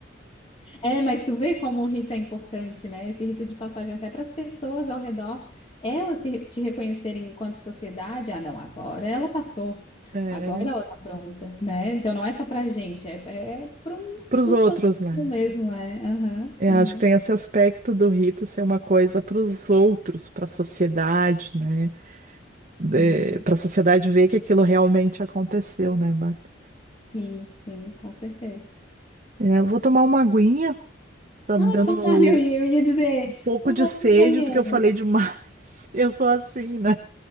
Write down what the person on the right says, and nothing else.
É,
pros
outros,
né?
Eu
acho que tem esse aspecto do rito ser uma coisa pros outros, pra sociedade, né? É,
pra sociedade ver que aquilo realmente aconteceu, né, Marta?
É, eu vou tomar uma aguinha, tá
me dando
um
pouco
de
sede,
porque eu falei demais. <laughs> Eu sou assim, né?